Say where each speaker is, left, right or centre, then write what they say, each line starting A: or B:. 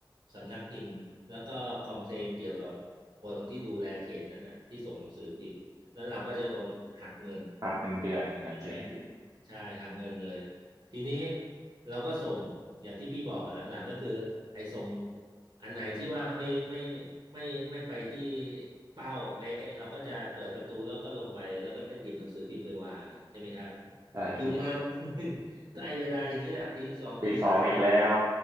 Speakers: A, on the right; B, on the right.
A: สำนักพิมพ์แล้วก็คอมเพลนเกี่ยวกับคนที่ดูแลเขตนั้นน่ะที่ส่งหนังสือพิมพ์ แล้วเราก็จะโดนหักเงิน
B: หักเป็นเดือนหนึ่งเงนใช่ไหมพี่
A: ใช่ไหมฮะใช่หักเงินเลยทีนี้เราก็ส่งอย่างที่พี่บอกอะหลังๆก็คือไอ้ส่งอันไหนที่ว่าไม่ไม่ไม่ไม่ไปที่เป้าเป๊ะเราก็จะเปิดประตูแล้วก็ลงไปแล้วก็หยิบหนังสือพิมพ์ไปวางใช่ไหมครับ
B: ใช่พี่
A: อยู่มาวันหนึ่ง <laughs> ก็ไอ้เวลาอย่างนี้แหละตีสองตีสามเลย
B: ปีสองอีกแล้ว